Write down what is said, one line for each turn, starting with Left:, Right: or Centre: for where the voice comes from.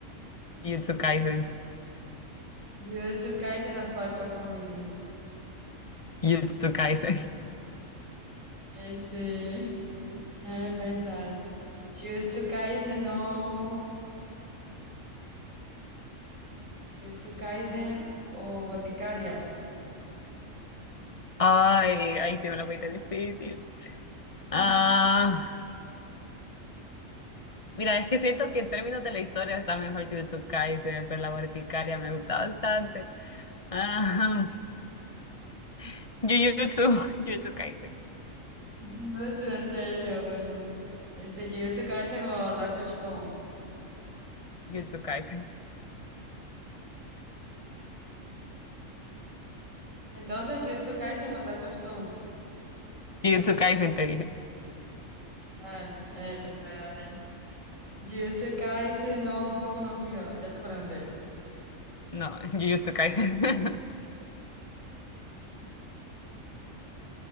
Left: Jujutsu Kaisen.
Right: Jujutsu Kaisen o Spy x Family.
Left: Yutsukaisen.
Right: Este, <laughs> déjame pensar. Jujutsu Kaisen o... Jujutsu Kaisen o Boticaria.
Left: <laughs> Ay, ahí tiene una muy difícil.
Right: <laughs>
Left: Ah, mira, es que siento que en términos de la historia está mejor Jujutsu Kaisen, pero la verticaria me gusta bastante. Ah, <laughs> Jujutsu, Jujutsu Kaisen,
Right: Jujutsu, en serio, bueno. Este, Jujutsu Kaisen o Doctor Stone.
Left: Jujutsu Kaisen,
Right: Entonces, Jujutsu Kaisen o Doctor Stone.
Left: Jujutsu Kaisen te <laughs> dije.
Right: Ah, eh, a ver, a ver. Jujutsu Kaisen no Boku no Hero. Ya te pregunté.
Left: No, Jujutsu Kaisen. <laughs>